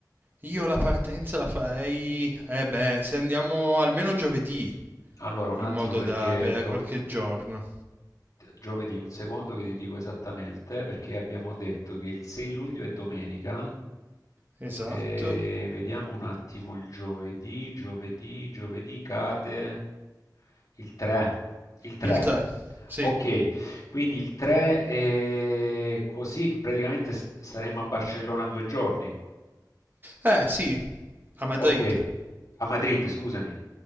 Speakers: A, on the right (about 30°); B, on the left (about 55°).
A: Io la partenza la farei, eh beh, se andiamo almeno giovedì,
B: Allora, un
A: in
B: attimo
A: modo
B: perché
A: da avere
B: do-
A: qualche giorno.
B: giovedì, un secondo che ti dico esattamente, perché abbiamo detto che il 6 luglio è domenica.
A: Esatto.
B: E vediamo un attimo il giovedì, giovedì, giovedì cade il 3, il 3.
A: Il 3. Sì.
B: Ok, quindi il 3 e così praticamente s- saremo a Barcellona due giorni.
A: Eh sì, a Madrid.
B: Ok, a Madrid, scusami.